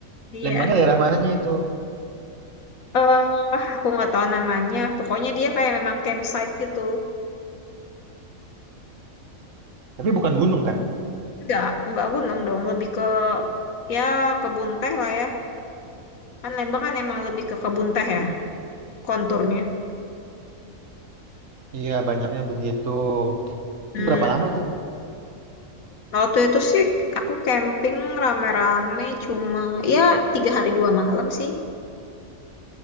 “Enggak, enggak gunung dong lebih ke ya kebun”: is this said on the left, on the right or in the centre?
Left